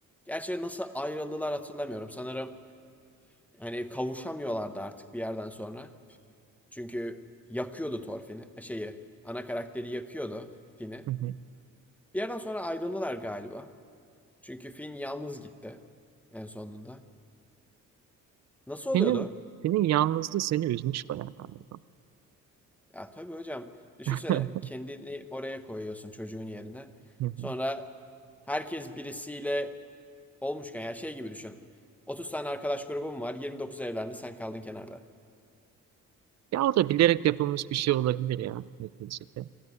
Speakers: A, in the centre; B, on the right (about 60°).
A: Gerçi nasıl ayrıldılar hatırlamıyorum. Sanırım hani kavuşamıyorlardı artık bir yerden sonra. Çünkü yakıyordu Thorfinn'i. e, Şeyi, ana karakteri yakıyordu Finn'i.
B: Hı hı.
A: Bir yerden sonra ayrıldılar galiba. Çünkü Finn yalnız gitti en sonunda. Nasıl oluyordu?
B: Senin senin yalnızlığı seni üzmüş bayağı galiba.
A: Ya tabii hocam düşünsene
B: <laughs>
A: kendini oraya koyuyorsun çocuğun yerine.
B: Hı hı.
A: Sonra herkes birisiyle olmuşken ya şey gibi düşün. 30 tane arkadaş grubum var. 29 evlendi sen kaldın kenarda.
B: Ya o da bilerek yapılmış bir şey olabilir ya neticede.